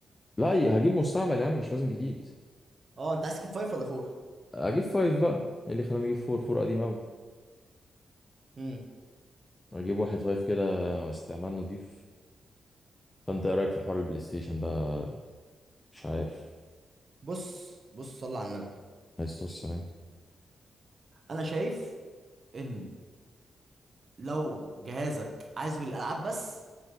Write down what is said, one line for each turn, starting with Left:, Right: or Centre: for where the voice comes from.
Left: لا هجيب مستعمل يا عم مش لازم جديد
Right: اه انت عايز كيك 5 ولا 4
Left: اجيب فايف بقى ايه اللي خلاني اجيب فور فور قديم قوي
Right: امم
Left: اجيب واحد فايف كده استعمال نضيف فانت ايه رايك في حوار البلاي ستيشن ده مش عارف
Right: بص بص صلى على النبي
Left: بس بص يعني
Right: انا شايف ان لو جهازك عايز الالعاب بس